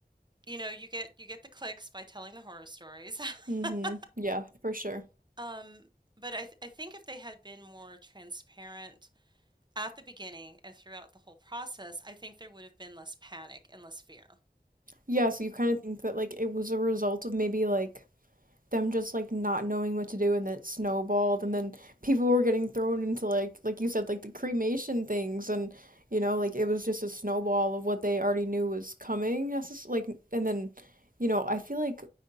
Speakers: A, on the right; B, on the right.
A: you know, you get you get the clicks by telling the horror stories.
B: Mm-hmm.
A: <laughs>
B: Yeah, for sure.
A: Um, but I, th I think if they had been more transparent at the beginning and throughout the whole process, I think there would have been less panic and less fear.
B: Yeah, so you kind of think that like it was a result of maybe like them just like not knowing what to do and then it snowballed and then people were getting thrown into like like you said like the cremation things and you know like it was just a snowball of what they already knew was coming necess- like and then you know I feel like